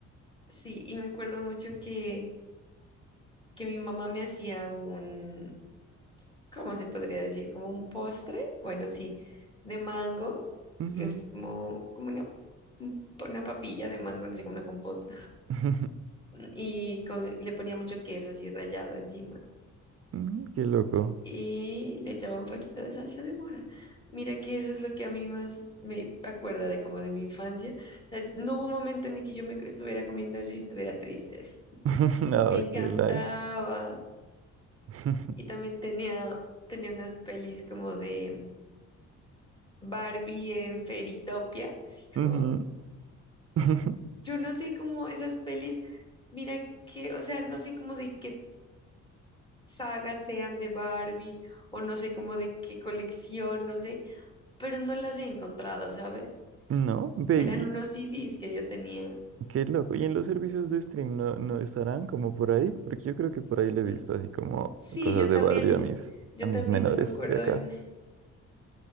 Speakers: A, on the left; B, on the right.
A: Sí, y me acuerdo mucho que, que mi mamá me hacía un, ¿cómo se podría decir? Como un postre. Bueno, sí, de mango.
B: Ujú.
A: Es como, como una, un- una papilla de mango, no sé, como una compota
B: <laughs>
A: y con- le ponía mucho queso así rallado encima
B: Mm, Qué loco.
A: y le echaba un poquito de salsa de mora. Mira que eso es lo que a mí más me acuerda de como de mi infancia. O sea, es- no hubo un momento en el que yo me estuviera comiendo eso y estuviera triste. <laughs>
B: <laughs> No,
A: Me encantaba.
B: qué life. <laughs>
A: Y también tenía, tenía unas pelis como de Barbie en Fairytopia, así
B: Ujú.
A: como,
B: <laughs>
A: yo no sé cómo esas pelis, mira que, o sea, no sé cómo de qué sagas sean de Barbie o no sé como de qué colección, no sé, pero no las he encontrado, ¿sabes?
B: No, ve,
A: Eran
B: y-
A: unos CDs que yo tenía.
B: qué loco. ¿Y en los servicios de stream no, no estarán como por ahí? Porque yo creo que por ahí le he
A: Mm,
B: visto así como
A: Sí,
B: cosas
A: yo
B: de
A: también,
B: Barbie a mis,
A: yo
B: a mis
A: también
B: menores
A: no me acuerdo
B: de acá.
A: en,